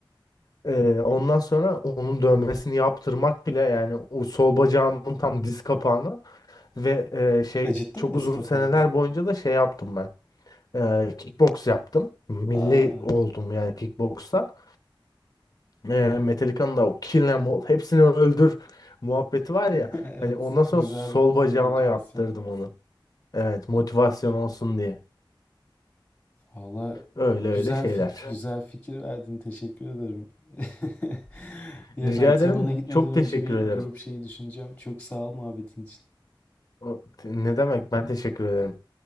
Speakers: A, on the left; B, on the left.
A: Ee, ondan sonra onun dövmesini yaptırmak bile yani o sol bacağımın tam diz kapağına ve e, şey
B: Acıttı
A: çok
B: mı diz
A: uzun
B: kapağı
A: seneler
B: bu arada?
A: boyunca da şey yaptım ben. Ee, kickbox yaptım. Milli
B: Aa.
A: oldum
B: <laughs>
A: yani kickboxta. Ee, Metallica'nın da o Kill 'Em All hepsini öldür muhabbeti var ya.
B: Evet,
A: Hani ondan sonra
B: güzel
A: sol bacağıma
B: motivasyon.
A: yaptırdım onu. Evet motivasyon olsun diye.
B: Valla
A: Öyle öyle
B: güzel
A: şeyler.
B: fik güzel fikir verdin. Teşekkür ederim. <laughs> Yarın
A: Rica
B: antrenmana
A: ederim.
B: gitmeden
A: Çok
B: önce
A: teşekkür
B: bir
A: ederim.
B: grup şeyi düşüneceğim. Çok sağ ol muhabbetin için.
A: O- Ne demek? Ben teşekkür ederim.